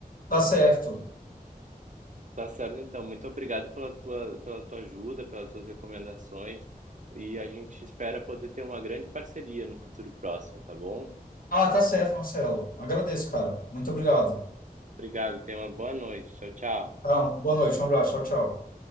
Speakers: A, on the left; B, on the right.
A: tá certo.
B: Tá certo, então. Muito obrigado pela tua, pela tua ajuda, pelas tuas recomendações. E a gente espera poder ter uma grande parceria no futuro próximo, tá bom?
A: Ah, tá certo, Marcelo. Agradeço, cara. Muito obrigado.
B: Obrigado, tenha uma boa noite. Tchau, tchau.
A: Tá, uma boa noite, um abraço. Tchau, tchau.